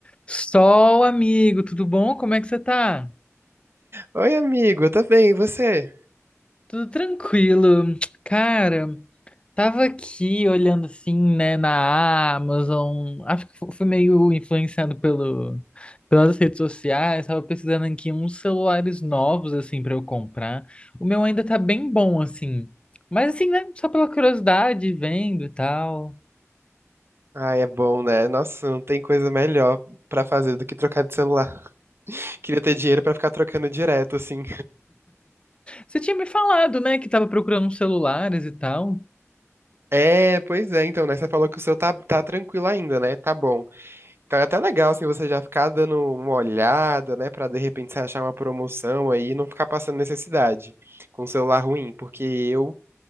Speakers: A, on the left; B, on the right.
A: Sol, amigo, tudo bom? Como é que você tá?
B: Oi, amigo, eu tô bem, e você?
A: Tudo tranquilo. Cara, tava aqui olhando assim, né, na Amazon. Acho que fui meio influenciado pelo, pelas redes sociais. Tava pesquisando aqui uns celulares novos, assim, pra eu comprar. O meu ainda tá bem bom, assim. Mas assim, né, só pela curiosidade, vendo e tal.
B: Ai, é bom, né? Nossa, não tem coisa melhor pra fazer do que trocar de celular. <laughs> Queria ter dinheiro pra ficar trocando direto, assim.
A: Você tinha me falado, né, que tava procurando uns celulares e tal.
B: É, pois é, então, né? Você falou que o seu tá, tá tranquilo ainda, né? Tá bom. Então é até legal, assim, você já ficar dando uma olhada, né? Pra de repente você achar uma promoção aí e não ficar passando necessidade com o celular ruim. Porque eu